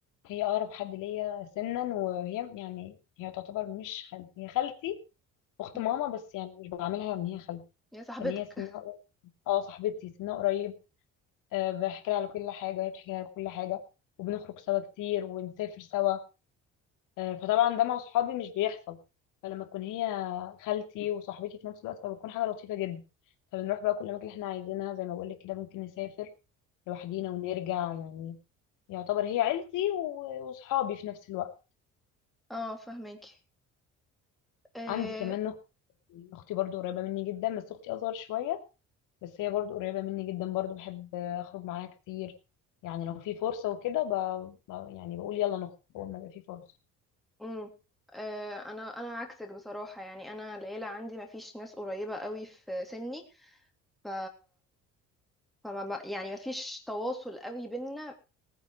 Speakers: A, on the left (about 75°); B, in the centre.
A: هي اقرب حد ليا سنا وهي يعني هي تعتبر مش خالتي هي خالتي اخت
B: مم.
A: ماما بس يعني مش بعاملها ان هي خالتي
B: يا صاحبتك
A: لان هي سنها
B: <laughs>
A: قريب اه صاحبتي سنها قريب أه بحكي لها على كل حاجه وهي بتحكي لها على كل حاجه وبنخرج سوا كتير ونسافر سوا أه فطبعا ده مع صحابي مش بيحصل فلما تكون هي خالتي وصاحبتي في نفس الوقت فبتكون حاجه لطيفه جدا فبنروح بقى كل اماكن احنا عايزينها زي ما بقول لك كده ممكن نسافر لوحدينا ونرجع يعني يعتبر هي عيلتي و- وصحابي في نفس الوقت
B: اه فهماكي آه،
A: عندي كمان اختي اختي برضو قريبة مني جدا بس اختي اصغر شوية بس هي برضو قريبة مني جدا برضو بحب اخرج معاها كتير يعني لو في فرصة وكده ب... ب- يعني بقول يلا نخرج بقول ما يبقى في فرصة
B: امم آه، انا انا عكسك بصراحه يعني انا العيله عندي ما فيش ناس قريبه قوي في سني ف فما ما- يعني مفيش تواصل قوي بينا